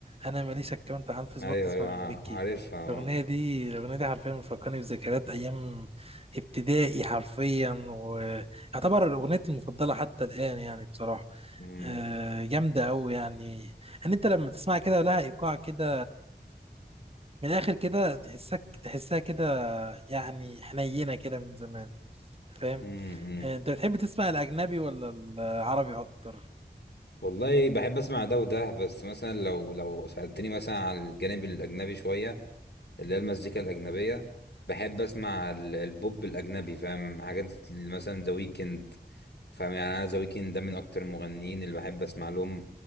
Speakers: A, on the right; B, on the left.
A: أنا ماليش أكونت عن فيسبوك
B: ايوه
A: اسمها
B: ايوه
A: أحمد مكي
B: عارفها آه.
A: الأغنية دي الأغنية دي حرفيا بتفكرني بذكريات أيام ابتدائي حرفيا ويعتبر أغنيتي المفضلة حتى الآن يعني بصراحة
B: مم.
A: آه، جامدة أوي يعني إن أنت لما تسمع كده لها إيقاع كده من الآخر كده تحسك تحسها كده يعني حنينة كده من زمان فاهم
B: مم. مم.
A: آه، انت بتحب تسمع الاجنبي ولا العربي اكتر
B: والله بحب اسمع ده وده بس مثلا لو لو سألتني مثلا على الجانب الاجنبي شويه اللي هي المزيكا الاجنبيه بحب اسمع ال- البوب الاجنبي فاهم حاجات مثلا ذا ويكند فاهم يعني انا ذا ويكند ده من اكتر المغنيين اللي بحب اسمع لهم